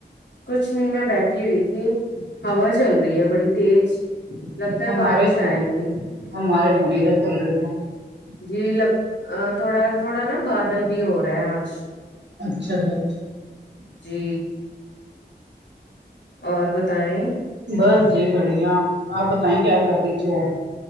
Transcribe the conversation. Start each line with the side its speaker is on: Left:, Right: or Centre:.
Left: کچھ نہیں میں بیٹھی ہوئی تھی ہوا چل رہی ہے بڑی تیز لگتا ہے
Right: ہمارے
Left: بارش
Right: تو
Left: آئے گی
Right: ہمارے تو نہیں ادھر چل رہے تھے
Left: جی لب تھوڑا تھوڑا نا بادل بھی ہو رہا ہے آج
Right: اچھا جی اچھا
Left: جی اور بتائیں
Right: بس جی بڑھیا آپ بتائیں کیا کر رہی تھی اور